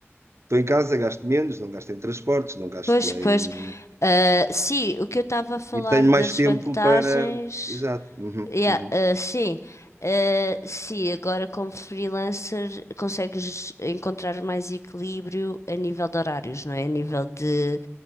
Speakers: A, on the right; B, on the left.
A: estou em casa, gasto menos, não gasto em transportes, não gasto
B: Pois,
A: em.
B: pois. Ah, sim, o que eu estava a falar
A: E tenho
B: das
A: mais tempo
B: vantagens.
A: para. Exato. Uhum,
B: Yeah,
A: uhum.
B: eh, sim, Eh, sim, agora como freelancer consegues encontrar mais equilíbrio a nível de horários, não é? A nível de